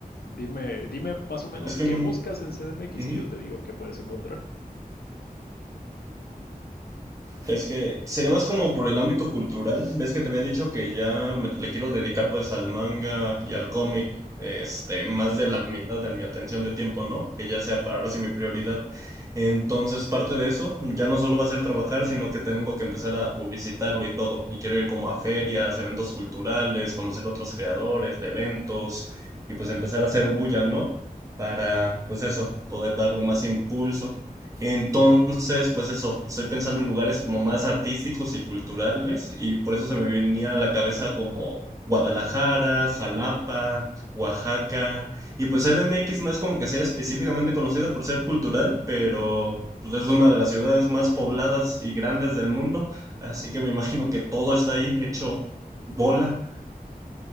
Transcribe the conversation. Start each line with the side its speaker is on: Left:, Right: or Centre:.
Left: Dime, dime más o menos
Right: Es que...
Left: qué buscas en CDMX
Right: ujú.
Left: y yo te digo qué puedes encontrar.
Right: Es que sería más como por el ámbito cultural. Ves que te había dicho que ya me- le quiero dedicar pues al manga y al cómic, este, más de la mitad de mi atención de tiempo, ¿no? Que ya sea para ahora sí mi prioridad. Entonces, parte de eso ya no solo va a ser trabajar, sino que tengo que empezar a publicitarlo y todo. Y quiero ir como a ferias, eventos culturales, conocer otros creadores, eventos y pues empezar a hacer bulla, ¿no? Para, pues eso, poder darle más impulso. Entonces, pues eso, estoy pensando en lugares como más artísticos y culturales y por eso se me venía a la cabeza como Guadalajara, Jalapa, Oaxaca y pues CDMX no es como que sea específicamente conocida por ser cultural, pero pues es una de las ciudades más pobladas y grandes del mundo, así que me imagino que todo está ahí hecho bola.